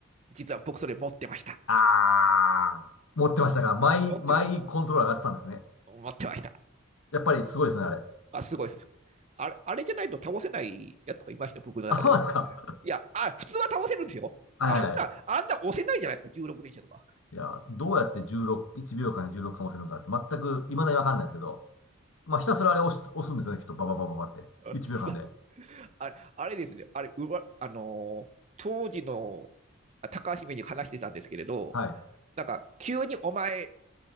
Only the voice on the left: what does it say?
あー、持ってましたが、マイ、
マイコントローラーがあったんですね。
やっぱりすごいですね、あれ。
あ、そうなんですか。
はいはいはい。
いや、どうやって16、1秒間に16かもせるのかって全く未だにわかんないですけど、まあ、ひたすらあれ押す、押すんですよね、きっと。バババババって。
1秒間で。
はい。